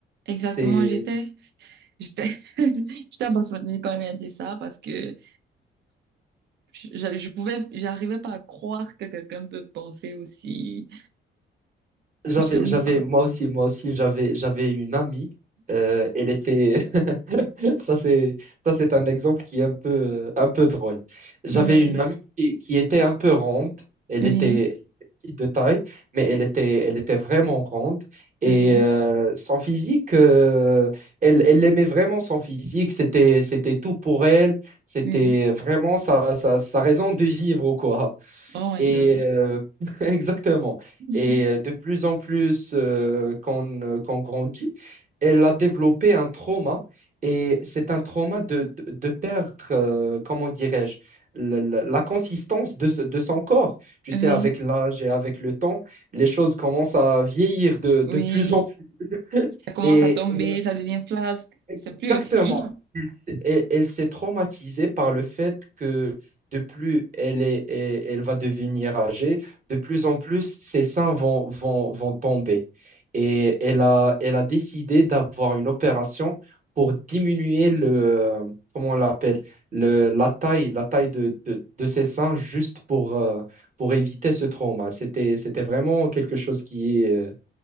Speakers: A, on the right (about 60°); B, on the right (about 40°).
A: Exactement,
B: C'est,
A: j'étais, j'étais, <laughs> j'étais abasourdie quand elle a dit ça parce que Je, je pouvais, j'arrivais pas à croire que quelqu'un peut penser aussi.
B: j'avais,
A: J'aime
B: j'avais,
A: pas.
B: moi aussi, moi aussi, j'avais, j'avais une amie. euh, elle était, Ça, c'est, ça, c'est un exemple qui est un peu, euh, un peu drôle. J'avais
A: oui
B: une amie qui, qui était un peu ronde. Elle
A: Oui,
B: était, elle était petite de taille, mais elle était, elle était vraiment ronde. Et
A: oui,
B: euh, son physique, euh, elle, elle aimait vraiment son physique. C'était, c'était tout pour elle. C'était
A: oui.
B: vraiment sa, sa, sa raison de vivre, quoi.
A: Oh my
B: Et
A: God.
B: euh, <laughs> exactement.
A: <laughs>
B: Et euh, de plus en plus euh, qu'on euh, qu'on grandit, elle a développé un trauma. Et c'est un trauma de, de, de perdre, euh, comment dirais-je, la, la- la consistance de, ce- de son corps. Tu
A: Oui,
B: sais, avec l'âge et avec le temps, les choses commencent à vieillir de,
A: oui.
B: de plus en plus. <laughs>
A: Ça commence
B: Et,
A: à tomber,
B: et
A: ça devient flasque.
B: Exactement.
A: C'est plus aussi.
B: Elle, s'est elle- elle s'est traumatisée par le fait que de plus elle est, elle, elle va devenir âgée, de plus en plus ses seins vont, vont, vont tomber. Et elle a, elle a décidé d'avoir une opération pour diminuer le, comment on l'appelle, le, la taille, la taille de, de, de ses seins juste pour, euh, pour éviter ce trauma. C'était, c'était vraiment quelque chose qui est, euh,